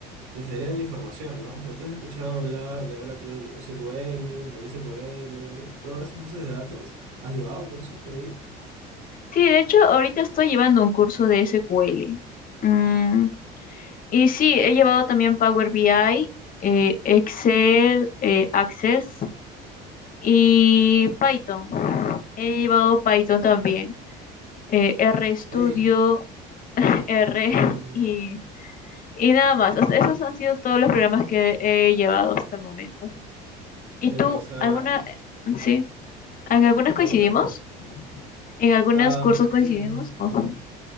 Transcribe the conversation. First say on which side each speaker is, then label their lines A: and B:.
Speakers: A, on the right; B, on the left.
A: Ingeniería de la información, ¿no? O sea, tú has escuchado hablar de Oracle SQL, MySQL, todas esas bases de datos. ¿Has llevado cursos de ello?
B: Sí, de hecho, ahorita estoy llevando un curso de SQL. Mm, Y sí, he llevado también Power BI, eh, Excel, eh, Access y Python. He llevado Python también. eh, RStudio,
A: Oye,
B: <laughs> R
A: y,
B: y, y nada más. O sea, esos han sido todos los programas que he llevado hasta el momento. ¿Y
A: pero,
B: tú,
A: o sea,
B: alguna, sí, en algunas coincidimos?
A: ¿alguna qué?
B: ¿En algunos
A: Ah,
B: cursos coincidimos?
A: em,
B: Oh,